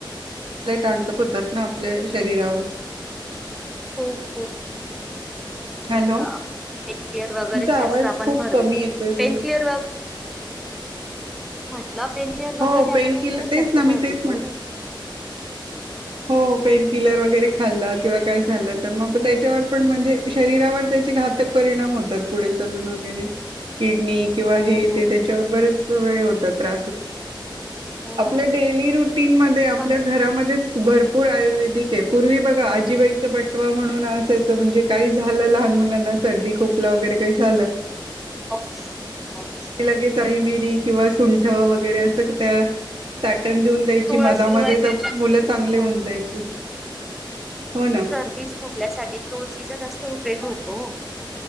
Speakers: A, on the right; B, in the centre.
A: आपले टणतो पु होतात ना, आपल्या शरीरावर
B: होक हो
A: हॅलो
B: होत एक क्लीअर वगैरे
A: तुमचा आवाज
B: जास्त आपण
A: खूप
B: भर
A: कमी
B: देतो
A: येतोय सर
B: पेन क्लीअर व मतलब पेण क्लीअर
A: हो
B: वगैरे
A: पेन
B: आपण
A: किलर
B: याच्यावरच
A: तेच
B: जास्त
A: ना मी
B: भर
A: तेच
B: देतो
A: म्हणते
B: ना,
A: हो पेन किलर वगैरे खाल्लं किंवा काय झालं तर मग त्याच्यावर पण म्हणजे शरीरावर ते घातक परिणाम होतात. पुढे चालून वगैरे किडनी
B: अच्छा
A: किंवा
B: हो
A: हे ते त्याच्यावर बरेच हे होतात त्रास होत.
B: हो
A: आपल्या डेली रुटीन मधे आपल्या
B: सन
A: घरामध्येच भरपूर आयुर्वेदिक
B: हो.
A: हेत. पूर्वी बघा आजीबाईचा बटवा म्हणून असायचं. म्हणजे काही झालं लहान मुलांना सर्दी, खोकला, वगैरे काही झालं.
B: हो <unintelligible>
A: लगे चचाळी मिरी किंवा सुंठ वगैरे असं त्या चाटण देऊन द्यायची
B: तुळस
A: मधामध्ये
B: तुळस
A: तर
B: घेतात.
A: मुलं चांगली
B: हो
A: होऊन जायचे हो ना
B: सर्दीच खोकल्यासाठी तुळशीचा जास्त उपयोग होतो